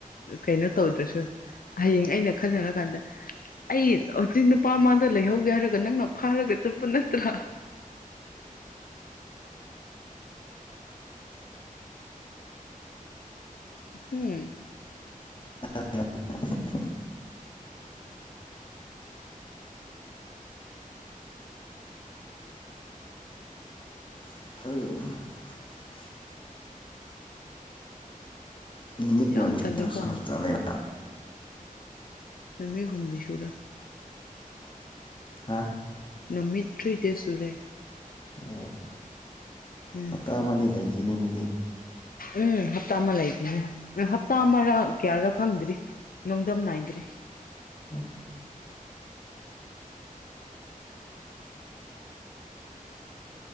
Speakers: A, on the left; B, on the left.
A: ꯀꯩꯅꯣ ꯇꯧꯗ꯭ꯔꯁꯨ ꯍꯌꯦꯡ ꯑꯩꯅ ꯈꯟꯅꯔꯀꯥꯟꯗ ꯑꯩ ꯍꯧꯖꯤꯛ ꯅꯨꯄꯥ ꯑꯃꯗ ꯂꯩꯍꯧꯒꯦ ꯍꯥꯏꯔꯒ ꯅꯪꯅ ꯐꯥꯔꯒ ꯆꯠꯄ ꯅꯠꯇ ꯭ꯔꯥ ꯍꯝ
B: <inaudible> ꯀꯔꯤ ꯅꯨꯃꯤꯠ ꯀꯌꯥ
A: ꯌꯥꯝ ꯇꯜꯂꯦꯀꯣ
B: <unintelligible>
A: ꯅꯨꯃꯤꯠ ꯍꯨꯝꯅꯤ ꯁꯨꯔꯦ
B: ꯍꯥꯥ
A: ꯅꯨꯃꯤꯠ ꯊ꯭ꯔꯤꯗꯦꯁ ꯁꯨꯔꯦ
B: ꯑꯣ
A: ꯎꯝ
B: ꯍꯞꯇꯥ ꯑꯃꯗꯤ ꯂꯩꯈꯤꯅꯤꯅꯗꯤ
A: ꯎꯝ ꯍꯞꯇꯥ ꯑꯃ ꯂꯩꯈꯤꯅꯤ ꯍꯞꯇꯥ ꯑꯃꯔ ꯀꯌꯥꯔꯥ ꯈꯪꯗ꯭ꯔꯤ ꯅꯣꯡꯗꯝ ꯅꯥꯏꯗ꯭ꯔꯤ
B: <inaudible>